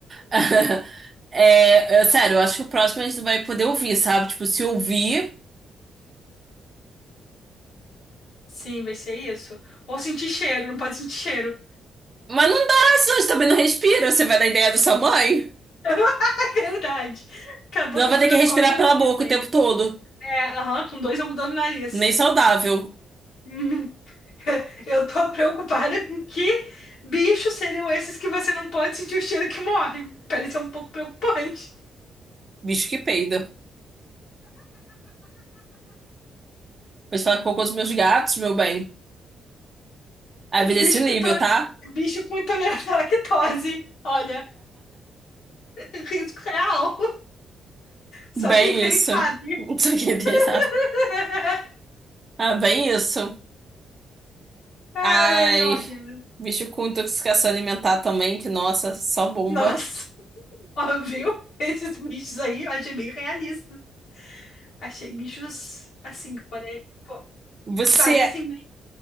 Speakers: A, on the right; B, on the left.
A: <laughs> É, é, sério, eu acho que o próximo a gente não vai poder ouvir, sabe? Tipo, se ouvir.
B: Sim, vai ser isso. Ou sentir cheiro, não pode sentir cheiro.
A: Mas não dá, senão a gente também não respira. Você vai dar ideia da sua mãe.
B: <laughs> É verdade. Acabou
A: Não
B: que
A: vai
B: eu fui
A: ter
B: nas
A: que respirar
B: cordas
A: pela
B: da
A: boca
B: minha mãe.
A: o tempo todo.
B: É, aham, com dois eu mudando o nariz.
A: Nem saudável.
B: <laughs> Hum, eu tô preocupada com que bichos seriam esses que você não pode sentir o cheiro que morre. Parece um pouco preocupante.
A: Bicho que peida. Pode falar com cocô dos meus gatos, meu bem. A vida
B: Bicho
A: é esse nível,
B: com, intole-
A: tá?
B: bicho com intolerância à lactose. Olha, <laughs> risco real. Só
A: Bem
B: quem tem
A: isso.
B: sabe.
A: <laughs> Não sei o que tem, sabe?
B: <laughs>
A: Ah, bem isso.
B: Ai,
A: Ai,
B: olha.
A: bicho com intoxicação alimentar também, que nossa, só bomba.
B: Nossa. <laughs> Ó, viu? Esses bichos aí eu achei bem realista. Achei bichos assim, que pare... pô,
A: Você,
B: parecem bem...